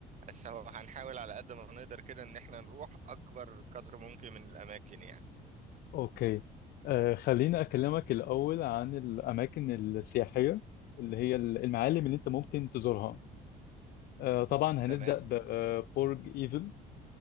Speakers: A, on the right (about 45°); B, on the left (about 65°).
A: بس هو هنحاول على قد ما نقدر كده إن احنا نروح أكبر قدر ممكن من الأماكن يعني
B: أوكي آه خليني أكلمك الأول عن الأماكن السياحية اللي هي المعالم اللي أنت ممكن تزورها آه طبعا هنبدأ
A: تمام
B: ببرج إيفل